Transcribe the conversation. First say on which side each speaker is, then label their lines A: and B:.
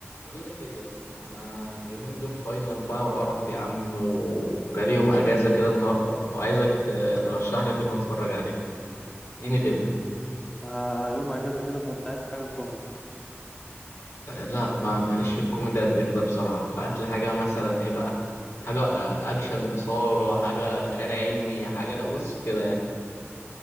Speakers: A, on the left (about 75°); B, on the left (about 20°).
A: بقول لك ايه يا اسطى انا اليومين دول فاينل بقى وقرف يا عم وجالي يوم اجازه كده النهارده وعايزك ت- ترشح لي فيلم اتفرج عليه اديني فيلم
B: آه، يوم اجازه كده فانت عايز حاجه كوميدي
A: أه، لا بقى ماليش في الكوميدي قد كده بصراحه فهات لي حاجه مثلا ايه بقى حاجه أه، اكشن اثاره حاجه خيال علمي حاجه بص كده يعني